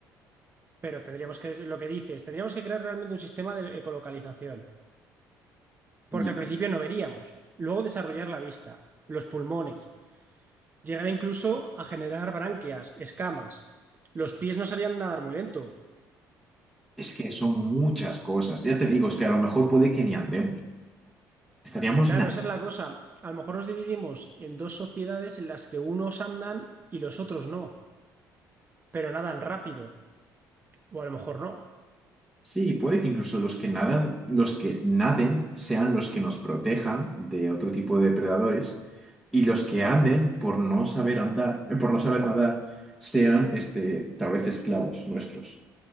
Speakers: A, on the right; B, in the centre.
A: Pero tendríamos que, lo que dices, tendríamos que crear realmente un sistema de ecolocalización.
B: Y
A: Porque al principio no veríamos. Luego desarrollar la vista, los pulmones, llegar incluso a generar branquias, escamas. Los pies no serían nadar muy lento.
B: Es que son muchas cosas. Ya te digo, es que a lo mejor puede que ni andemos. Estaríamos
A: Claro,
B: na-
A: esa es la cosa. A lo mejor nos dividimos en dos sociedades en las que unos andan y los otros no, pero nadan rápido, o a lo mejor no.
B: Sí, puede que incluso los que nadan, los que naden sean los que nos protejan de otro tipo de depredadores y los que anden por no saber andar, eh, por no saber nadar, sean este, tal vez esclavos nuestros,